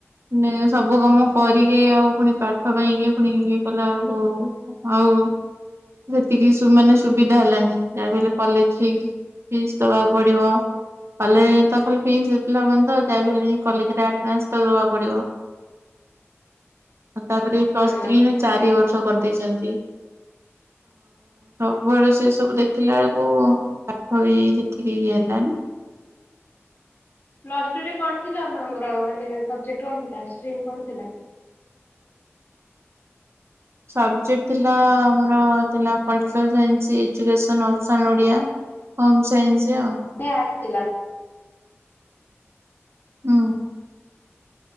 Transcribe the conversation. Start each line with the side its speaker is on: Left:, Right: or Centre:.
Right: ମାନେ ସବୁ କାମ କରିକି ଆଉ ପୁଣି ପାଠ ପାଇଁ ଇଏ ପୁଣି ଇଏ କଲା ବେଳକୁ। ଆଉ ସେତିକି ସୁ ମାନେ। ସୁବିଧା ହେଲାନି ଦାବି ହେଲେ କଲେଜ ଫି ଫିସ୍ ଦବାକୁ ପଡିବ। କଲେଜ ରେ ତ ଖାଲି ଫିସ୍ ଦେଇ ଦେଲେ ହବନି ତ ଯା ବି ହେଲେ ଜାଇଁ କଲେଜ ରେ ଆଟେନାନ୍ସ ତ ଦବାକୁ ପଡିବ। ଆଉ ତାପରେ ବି ପ୍ଲସ୍
Left: ହୁଁ
Right: ଥ୍ରୀ ରେ ଚାରି ବ ର୍ଷ କରିଦେଇଛନ୍ତି। ସବୁଆଡୁ ସେ ସବୁ ଦେଖିଲା ବେଳକୁ ଆଉ ପାଠ ବି ସେତିକି ଇଏ ହେଲାନି।
Left: ପ୍ଲସ ଟୁ ରେ କଣ ଥିଲା ଆପଣଙ୍କର ମାନେ ସବଜେକ୍ଟ କଣ ଷ୍ଟ୍ରିମ୍ କଣ ଥିଲା।
Right: ସବଜେକ୍ଟ ଥିଲା ଆମର ଥିଲା ପଟିକାଲ୍ ସାଇନ୍ସ ଏଜୁକସ
Left: ନେ
Right: ଅପସନ୍ ଓଡ଼ିଆ। ହୋମ୍ ସାଇନ୍ସ ଆଉ।
Left: ସେ ଆସିଲା।
Right: ହୁଁ।